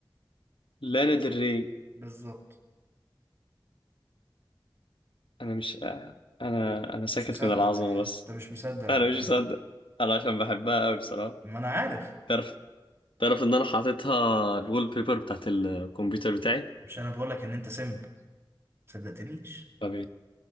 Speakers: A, on the left (about 80°); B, on the right (about 30°).
A: لانا del Rey
B: بالظبط
A: انا مش انا انا
B: انت
A: ساكت
B: مش مصدق
A: من العظمة بس
B: انت مش مصدق
A: انا
B: ولا
A: مش مصدق
B: ايه
A: انا عشان بحبها قوي بصراحة
B: ما انا عارف
A: تعرف تعرف ان انا حاططها الوول بيبر بتاعت الكمبيوتر بتاعي
B: مش انا بقول لك ان انت سمب ما صدقتنيش
A: طب